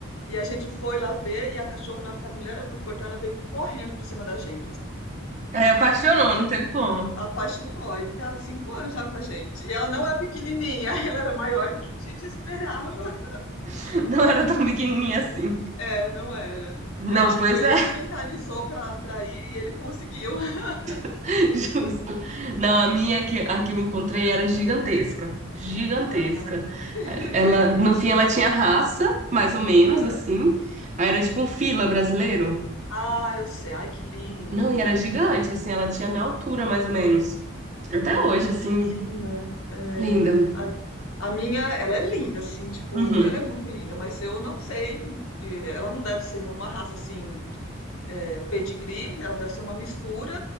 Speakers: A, on the left; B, on the right.
A: E a gente foi lá ver, e a cachorra, na hora que a mulher abriu o portão, ela veio correndo por cima da gente. assim,
B: Aí apaixonou,
A: já
B: não teve como.
A: apaixonou, e tá há cinco anos já com a gente. E ela não é pequenininha, <laughs> ela era maior do que a gente esperava.
B: <laughs> Não era tão pequenininha assim.
A: É, não era.
B: Não,
A: Eu acho
B: pois
A: que foi
B: é,
A: ele que mentalizou pra atrair, e ele conseguiu. <laughs>
B: <laughs> justo. Não, a minha que, a que eu encontrei era gigantesca. Gigantesca.
A: Ah, <laughs>
B: Ela, no fim, ela tinha raça, mais ou menos,
A: é.
B: assim. Aí era tipo um fila brasileiro.
A: Ah, eu sei. Ai, que lindo.
B: Não, e era gigante, assim, ela tinha a minha altura, mais ou menos. Até
A: Ai,
B: hoje, assim,
A: que linda. É,
B: linda.
A: a, a minha, ela é linda, assim, tipo,
B: Uhum,
A: ela é muito linda, mas eu não sei, eh, ela não deve ser nenhuma raça, assim, eh, pedigree, ela deve ser uma mistura,